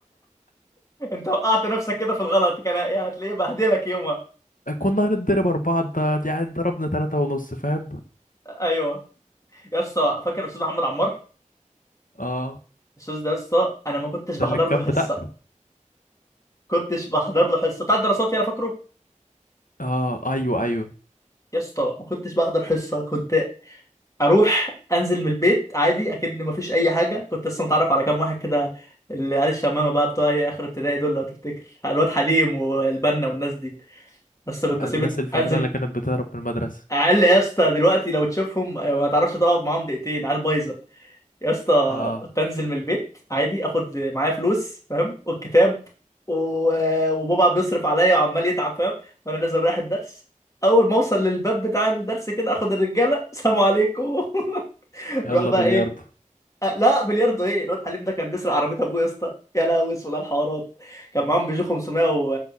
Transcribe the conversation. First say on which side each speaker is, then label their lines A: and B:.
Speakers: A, on the left; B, on the left.
A: انت وقعت نفسك كده في الغلط كان يعني هتلاقيه بهدلك يومها
B: <laughs> كنا هنضرب اربعه ده يعني ضربنا ثلاثه ونص فاهم
A: ايوه يا اسطى فاكر الاستاذ محمد عمار
B: اه
A: الاستاذ ده يا اسطى انا ما كنتش بحضر
B: ده اللي كان
A: له حصه
B: بتاع
A: كنتش بحضر له حصه بتاع الدراسات يعني فاكره
B: اه ايوه ايوه
A: يا اسطى ما كنتش بحضر حصه كنت اروح انزل من البيت عادي اكن ما فيش اي حاجه كنت لسه متعرف على كام واحد كده اللي عيال الشمامه بقى بتوع إيه اخر ابتدائي دول لو تفتكر الواد حليم والبنا والناس دي بس كنت اسيب
B: الناس الفترة
A: انزل
B: اللي كانت بتهرب من المدرسة
A: اقل يا اسطى دلوقتي لو تشوفهم ما تعرفش تقعد معاهم دقيقتين عيال بايظه يا اسطى
B: اه
A: بنزل من البيت عادي اخد معايا فلوس فاهم والكتاب و- وبابا بيصرف عليا وعمال يتعب فاهم وانا نازل رايح الدرس اول ما اوصل للباب بتاع الدرس كده اخد الرجاله سلام عليكم <laughs>
B: يلا
A: نروح بقى
B: بلياردو
A: ايه أه لا بلياردو ايه الواد حليم ده كان بيسرق عربيه ابوه يا اسطى يا لهوي اسود على الحوارات كان معاهم بيجو 500 و